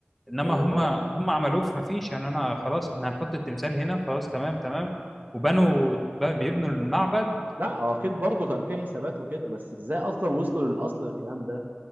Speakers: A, in the centre; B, on the right.
A: انما
B: ايوه
A: هم
B: طبعا
A: هم عملوه في مفيش يعني انا خلاص احنا هنحط التمثال هنا خلاص تمام تمام وبنوا بقى بيبنوا المعبد
B: لا هو اكيد برضه كان في حسابات وكده بس ازاي اصلا وصلوا للاصل الكلام ده